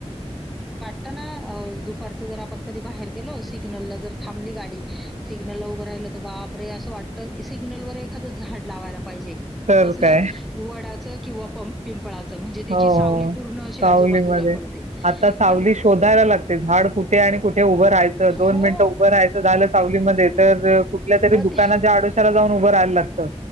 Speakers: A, in the centre; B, on the right (about 85°).
A: दुपारच जर आपण कधी बाहेर गेलो सिग्नल ला जर थांबली गाडी सिग्नल ला उभं राहिलं तर बापरे असं वाटतं सिग्ल वर एखादं झाड लावाय लाग पाहिजे
B: तर
A: कसलं
B: काय.
A: वडाच किंवा पं पिंपळाचं म्हणजे त्याची
B: हो
A: सावली पूर्ण अशी आजूबाजूला
B: सावलीमध्ये
A: पडते.
B: आता सावली
A: पण
B: शोधायला लागते झाड कुठे आणि कुठे उभं राहायचं दोन
A: हो.
B: मिनिटं उभं राहायचं झालं सावलीमध्ये तर कुठल्या तरी
A: मग
B: दुकानाच्या
A: ते
B: आडोशाला जाऊन उभं राहायला लागत